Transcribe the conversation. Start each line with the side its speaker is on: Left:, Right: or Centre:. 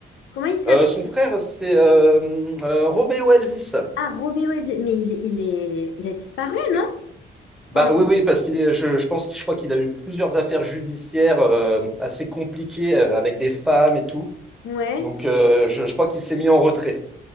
Left: Comment il s'appelle?
Centre: Euh, son frère, c'est euh, euh, Romeo Elvis.
Left: Ah, Robéo Elvi- Mais il, il est, il a disparu,
Centre: Et-
Left: non?
Centre: Bah
Left: Enfin,
Centre: oui, oui, parce qu'il est, je, je pense, que je crois qu'il a eu plusieurs affaires judiciaires euh, assez compliquées euh, avec des femmes et tout.
Left: ouais.
Centre: Donc euh, je, je crois qu'il s'est mis en retrait.